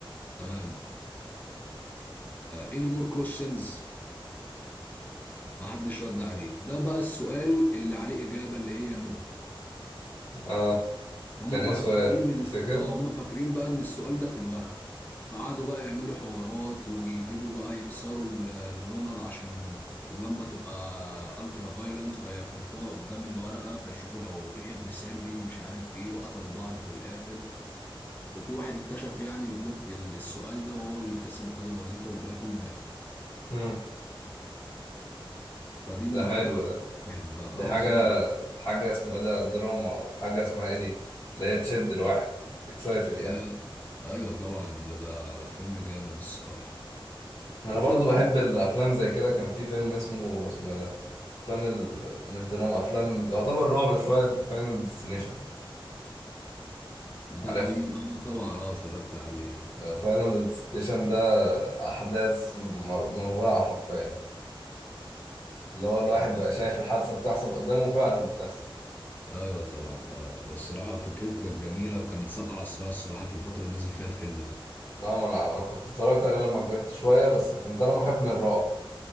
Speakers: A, on the left (about 20°); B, on the left (about 50°).
A: تمام اني مور كويشنز محدش رد عليه ده بقى السؤال اللي عليه اجابه اللي هي نو
B: اه
A: هم
B: كان ايه
A: بقى
B: السؤال
A: فاكرين ان
B: تفتكر
A: الس- اه هم فاكرين بقى ان السؤال ده في الورقة فقعدوا بقى يعملوا حوارات ويجيبوا بقى يكسروا ال- اللوند عشان اللمبة تبقى الترا فايلنت فيحطوها قدام الورقة فيشوفوا لو في حبر سري ومش عارف ايه وقتلوا بعض في الاخر وفي واحد اكتشف يعني البلوت ال- السؤال ده وهو اللي كسب وخد الوظيفة والباقي كله مات
B: امم
A: فدي من
B: ده
A: نوعية
B: حلو
A: الافلام
B: ده
A: اللي بحبها اه
B: دي حاجة
A: فيلم جامد.
B: حاجة اسمه ايه ده دراما وحاجة اسمها ايه دي اللي هي تشد الواحد اكسايتد يعني
A: ده ايوه طبعا ده فيلم جامد الصراحة
B: انا
A: وفي
B: برضو
A: افلام
B: بحب الافلام زي كده كان في فيلم اسمه اسمه ايه ده افلام ال... مش دراما افلام يعتبر رعب شوية فاينل ديستنيشن عارفها
A: ده قديم اه طبعا اه اتفرجت عليه
B: فاينل ديستنيشن ده احداث مر... مروعة حرفيا اللي هو الواحد
A: طبعا
B: بيبقى شايف الحادثة بتحصل قدامه فعلا بتحصل
A: ايوه طبعا اه لا، الصراحه فكرته كانت جميله وكانت سابقه عصرها الصراحه في الفتره اللي نزل فيها الفيلم ده
B: اه ما انا ما أنا كنت اتفرجت عليه لما كبرت شوية بس كنت انا بخاف من الرعب